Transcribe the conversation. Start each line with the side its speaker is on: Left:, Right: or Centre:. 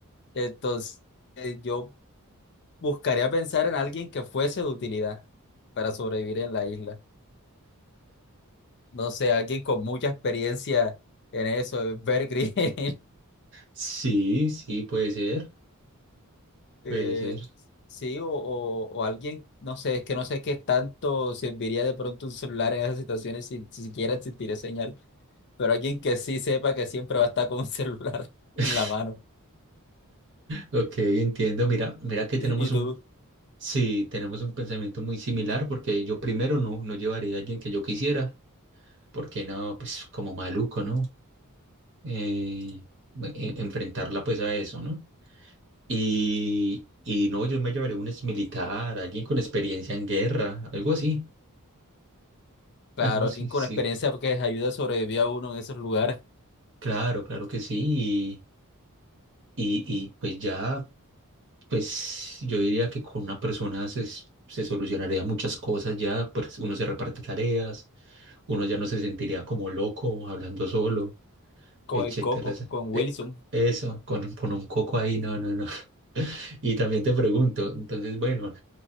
Left: Entonces, eh, yo Buscaría pensar en alguien que fuese de utilidad para sobrevivir en la isla. No sé, alguien con mucha experiencia en eso, Bear Grylls,
Right: Sí, sí, puede ser,
Left: <laughs> eh,
Right: puede ser.
Left: sí, o, o- o alguien, no sé, es que no sé qué tanto serviría de pronto un celular en esas situaciones si, si siquiera existiría señal, pero alguien que sí sepa que siempre va a estar con un <laughs> celular
Right: <laughs>
Left: en la mano.
Right: Ok, entiendo. Mira, mira que tenemos
Left: Y, y
Right: un,
Left: tú,
Right: sí, tenemos un pensamiento muy similar porque yo primero no, no llevaría a alguien que yo quisiera, porque no, pues como maluco, ¿no? Eh, e- enfrentarla pues a eso, ¿no? Y, y no, yo me llevaré un exmilitar, alguien con experiencia en guerra, algo así,
Left: claro,
Right: algo así,
Left: alguien con
Right: sí.
Left: experiencia porque les ayude a sobrevivir a uno en esos lugares,
Right: Claro, claro que sí. Y, y, y, pues ya, pues yo diría que con una persona se, s- se solucionaría muchas cosas ya, pues uno se reparte tareas, uno ya no se sentiría como loco hablando solo,
Left: con
Right: etcétera.
Left: el Coco,
Right: esa-
Left: con
Right: eh,
Left: Wilson.
Right: Eso, con, con un coco ahí, no, no, no. <laughs> Y también te pregunto, entonces, bueno,